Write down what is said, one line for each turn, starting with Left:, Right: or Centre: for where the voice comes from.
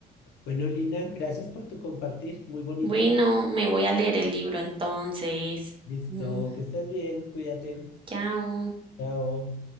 Left: Bueno, Lina, gracias por tu compartir, muy bonito.
Right: Bueno, me voy a leer el libro entonces.
Left: Listo,
Right: Mm,
Left: que estés bien, cuídate.
Right: chao.
Left: Chao.